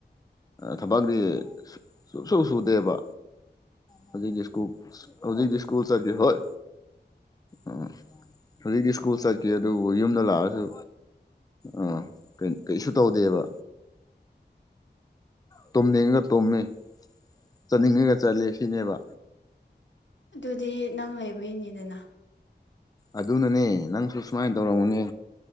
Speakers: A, on the left (about 20°); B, on the left (about 85°).
A: ꯊꯕꯛꯗꯤ ꯁꯨꯡꯁꯨ ꯁꯨꯗꯦꯕ ꯍꯧꯖꯤꯛꯗꯤꯁꯀꯨꯜ ꯍꯧꯖꯤꯛꯗꯤꯁꯀꯨꯜ ꯆꯔ ꯍꯣꯏ ꯑꯣꯝ ꯍꯧꯖꯤꯛꯇꯤ ꯁ꯭ꯀꯨꯜ ꯆꯠꯀꯦ ꯑꯗꯨꯕꯨ ꯌꯨꯝꯗ ꯂꯥꯛꯑꯁꯨ ꯑ ꯀ ꯀꯩꯁꯨ ꯇꯧꯗꯦꯕ ꯇꯨꯝꯅꯤꯡꯉꯒ ꯇꯨꯝꯃꯦ ꯆꯠꯅꯤꯡꯉꯒ ꯆꯠꯂꯦ ꯁꯤꯅꯦꯕ
B: ꯑꯗꯨꯗꯤ ꯅꯪ ꯂꯩꯕꯒꯤꯅꯤꯗꯅ
A: ꯑꯗꯨꯅꯅꯦ ꯅꯪꯁꯨ ꯁꯨꯃꯥꯏꯅ ꯇꯧꯔꯝꯃꯅꯦ